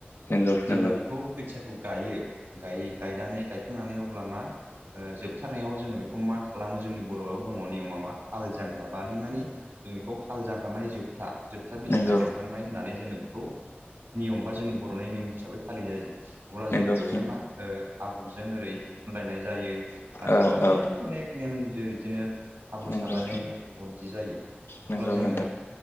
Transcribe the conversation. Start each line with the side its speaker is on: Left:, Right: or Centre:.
Left: नोंगौ
Right: जेब्ला
Left: नोंगौ
Right: बेखौ खोथियाखौ गायो गाय गायनानै गाय खांनानै अब्ला मा ओ जोबथारनायाव जोंङो बेखौ मा खालामो जोंनि बर'आव दंङ नियमा मा हाल जांख्रा बानै माने जों बेखौ हाल जांख्रा माने जोबथा जोबथा बिदाय
Left: नंगौ
Right: माइ गायखांनाय होननानै जोंङो खौ नियम बा जोंनि बर'नि नियम हिसाबै फालिनाय जायो अब्ला
Left: नंगौ
Right: जोंङो बेवहाय
Left: नंगौ
Right: मा ओ हाब्रुजों ओरै फुनलायनाय जायो बा सोरबा
Left: औ औ
Right: अनेक अनेक नेम जेरै बिदिनो हाब्रु
Left: नंगौ
Right: सारलायनाय
Left: नंगौ
Right: नेम दंङ बिदि जायो
Left: नंगौ
Right: अब्ला जोंङो